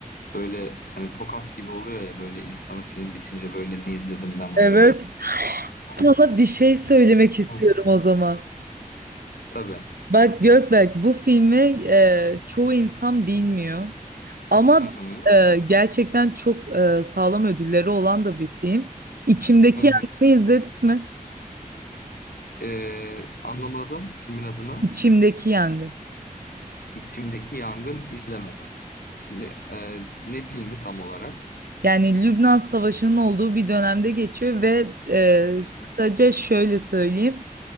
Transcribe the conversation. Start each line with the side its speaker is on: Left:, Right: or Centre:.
Left: Böyle hani tokat gibi oluyor ya böyle insanı film bitince böyle ne izledim ben oluyor.
Right: Evet. Sana
Left: <laughs>
Right: bir şey söylemek istiyorum
Left: Hı hı.
Right: o zaman.
Left: Tabii.
Right: Bak Gökberk bu filmi e, çoğu insan bilmiyor ama
Left: Hı hı.
Right: e, gerçekten çok e, sağlam ödülleri olan da bir film. İçimdeki
Left: Hı hı.
Right: Yangın'ı izledin mi?
Left: Ee, anlamadım filmin adını.
Right: İçimdeki Yangın.
Left: İçimdeki yangın izlemedim. Ne, e, ne filmi tam olarak?
Right: Yani Lübnan Savaşı'nın olduğu bir dönemde geçiyor ve e,
Left: Hı hı.
Right: kısaca şöyle söyleyeyim.